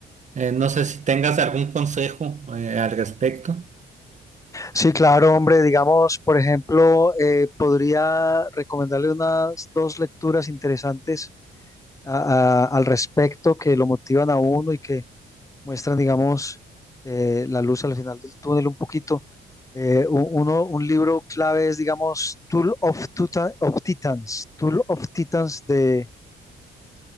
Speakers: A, on the right; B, on the left.
A: Eh, no sé si tengas algún consejo eh, al respecto.
B: Sí, claro, hombre, digamos, por ejemplo, eh, podría recomendarle unas dos lecturas interesantes a- a- al respecto que lo motivan a uno y que muestran, digamos, eh, la luz al final del túnel un poquito. Eh, u- uno, un libro clave es, digamos, Tool of, Tuta- of Titans, Tool of Titans de